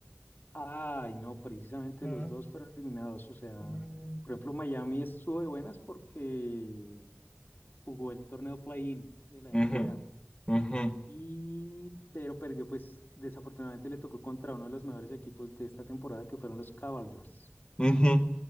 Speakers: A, on the left; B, on the left.
A: Ay, no, precisamente
B: Ah,
A: los dos fueron eliminados. O sea,
B: mm.
A: por ejemplo, Miami estuvo de buenas porque jugó el torneo play-in de la NBA.
B: Ujú, ujú,
A: Y, pero perdió, pues desafortunadamente le tocó contra uno de los mejores equipos de esta temporada que fueron los Cavaliers.
B: ujú.